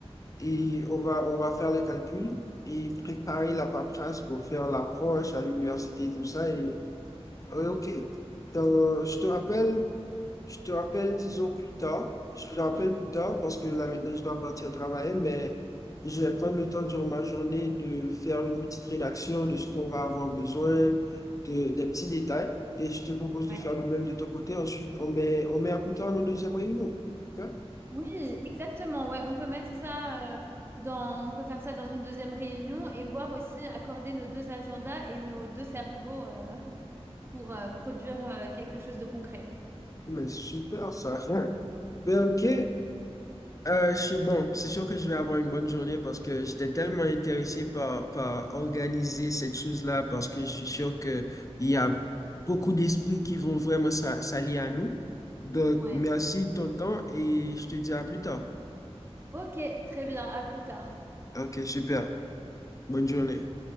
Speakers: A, on the left; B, on the right.
A: et on va, on va faire les calculs et préparer la paperasse pour faire l'approche à l'université et tout ça. Et, ouais, OK. Dans- je te rappelle Je te rappelle, disons, plus tard. Je te rappelle plus tard parce que là, maintenant, je dois partir travailler, mais je vais prendre le temps durant ma journée de faire une petite rédaction de ce qu'on va avoir besoin, de, des petits détails. Et je te propose de
B: Ouais.
A: faire le même de ton côté. Ensuite, on met, on met à plus tard nos deuxième réunion. OK?
B: Oui, exactement. Ouais, on peut mettre ça euh, dans, on peut faire ça dans une deuxième réunion et voir aussi accorder nos deux agendas et nos deux cerveaux euh, <laughs> pour euh, produire euh, quelque chose de concret.
A: Mais super, ça. <laughs> Ben, OK. Euh, je suis bon, c'est sûr que je vais avoir une bonne journée parce que j'étais tellement intéressé par, par organiser cette chose-là parce que je suis sûr que il y a beaucoup d'esprits qui vont vraiment s'a- s'allier à nous. Donc,
B: Ouais.
A: merci de ton temps et je te dis à plus tard.
B: Ok, très bien. À plus tard.
A: Ok, super. Bonne journée.